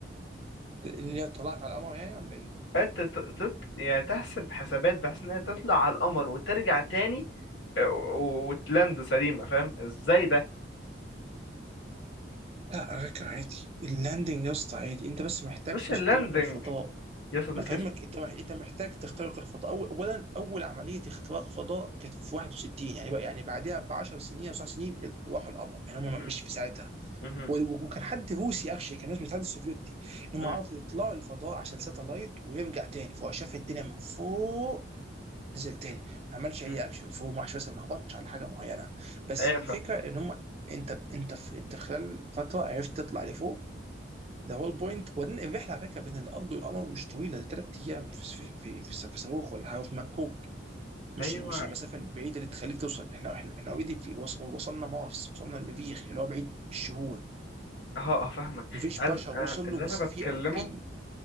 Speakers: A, on the right; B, on the left.
A: اللي <laughs> هي الطلاق على القمر يعني ولا ايه؟
B: انت ت- تط... يعني تحسب حسابات بحيث ان هي تطلع على القمر وترجع تاني آه، و- وتلاند سليمة فاهم ازاي ده
A: لا على فكره عادي اللاندنج يا اسطى عادي انت بس محتاج
B: مش
A: تخترق
B: اللاندنج
A: الفضاء
B: يا صديقي
A: ما فهمك
B: اسم...
A: انت مح- انت محتاج تخترق الفضاء أول اولا اول عمليه اختراق فضاء كانت في 61 يعني بقى يعني بعدها ب 10 سنين او 9 سنين ال- راحوا القمر يعني
B: مهم.
A: هم مش في ساعتها
B: مهم.
A: و- وكان حد روسي اكشلي كان ناس من الاتحاد السوفيتي انهم
B: مهم.
A: عرفوا يطلعوا للفضاء عشان ساتلايت ويرجع تاني فهو شاف الدنيا من فوق نزل تاني ما عملش اي
B: مهم.
A: اكشن فوق ما عملش مثلا ما هبطش على حاجه معينه بس
B: ايوه
A: الفكره
B: فاهمك
A: ان هم انت انت في انت خلال فتره عرفت تطلع لفوق ده هو البوينت وبعدين الرحله على فكره بين الارض والقمر مش طويله دي ثلاث ايام في في في, في صاروخ ولا حاجه في مكوك مش
B: ايوه
A: مش المسافه البعيده اللي تخليك توصل احنا احنا احنا اوريدي في وص- وصلنا مارس وصلنا المريخ اللي هو بعيد بالشهور
B: اه اه فاهمك
A: مفيش
B: عايز
A: باشا وصل
B: آه، اللي
A: له بس
B: انا
A: في
B: بتكلمه
A: في